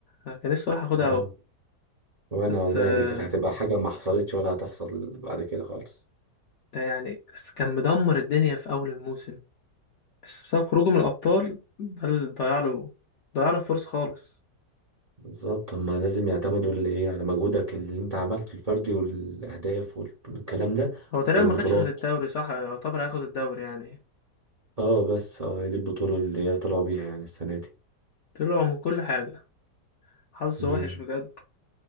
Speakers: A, on the left; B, on the right.
A: أنا كان نفسي صلاح ياخدها
B: آه.
A: اوي
B: وانا
A: بس
B: والله
A: آه،
B: دي كانت هتبقى حاجة ما حصلتش ولا هتحصل بعد كده خالص
A: ده يعني بس كان مدمر الدنيا في اول الموسم بس بسبب خروجه من الابطال ده اللي ضيع له ضيع له فرصة خالص
B: بالظبط هما لازم يعتمدوا اللي ايه على مجهودك اللي انت عملته الفردي والاهداف والكلام ده
A: هو تقريبا
B: والبطولات
A: ما خدش غير الدوري صح يعتبر هياخد الدوري يعني
B: اه بس اه دي البطولة اللي هي طلعوا بيها يعني السنة دي
A: طلع من كل حاجة حظه
B: امم
A: وحش بجد